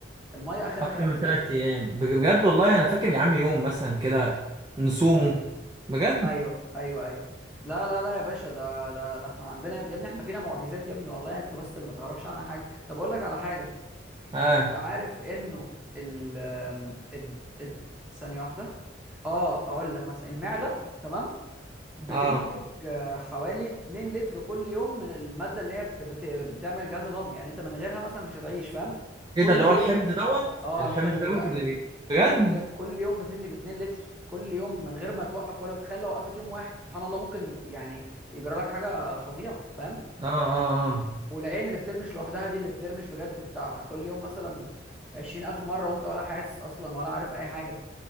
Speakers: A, in the centre; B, on the right (about 20°).
A: الميه اخرها
B: اكتر
A: ثلاث
B: من ثلاث
A: ايام
B: ايام بج- بجد والله انا فاكر يا عم يوم مثلا كده نصومه بجد
A: ايوه ايوه ايوه لا لا لا يا باشا ده ده ده احنا عندنا يا ابني يا ابني احنا فينا معجزات يا ابني والله انت بس اللي ما تعرفش عنها حاجه طب اقول لك على حاجه
B: اه
A: انت عارف انه ال ال ال- ثانيه واحده اه اقول لك مثلا المعده تمام بتنتج
B: اه
A: آه، حوالي 2 لتر كل يوم من المادة اللي هي بت... بت... بتعمل الجهاز الهضمي يعني انت من غيرها مثلا مش هتعيش فاهم
B: ايه
A: كل
B: ده اللي هو
A: يوم
B: الحمض
A: بتنتج
B: دوت
A: اه
B: الحمض
A: الحمض
B: دوت
A: ده ايوه
B: اللي بي بجد
A: كل كل يوم بتنتج 2 لتر كل يوم من غير ما توقف ولا تخيل لو وقفت يوم واحد سبحان الله ممكن يعني يجرى لك حاجة فظيعة فاهم
B: اه اه اه
A: والعين اللي بترمش لوحدها دي اللي بترمش بجد بتاع كل يوم مثلا 20000 مرة وانت ولا حاسس اصلا ولا عارف اي حاجة